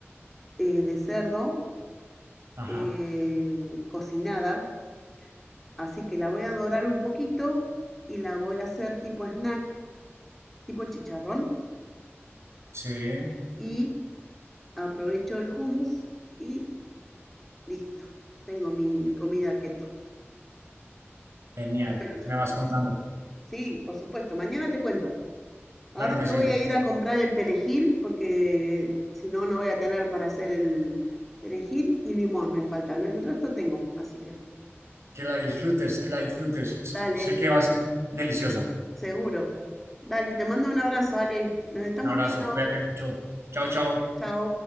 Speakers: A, in the centre; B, on the right (about 70°).
A: eh, de cerdo
B: Ajá,
A: eh, cocinada, así que la voy a dorar un poquito y la voy a hacer tipo snack, tipo chicharrón
B: sí,
A: y aprovecho el hummus y listo. Tengo mi, mi comida keto.
B: genial,
A: Perfecto.
B: me vas contando,
A: Sí, por supuesto. Mañana te cuento. Ahora
B: claro que
A: me
B: sí,
A: voy a ir a comprar el perejil porque si no, no voy a tener para hacer el perejil y limón me falta. El resto tengo, así que
B: que la disfrutes, que la disfrutes,
A: dale,
B: sé que va a ser deliciosa.
A: seguro. Dale, te mando un abrazo, Ale. Nos estamos
B: Un abrazo,
A: viendo.
B: cuídate mucho. Chao, chao.
A: Chao.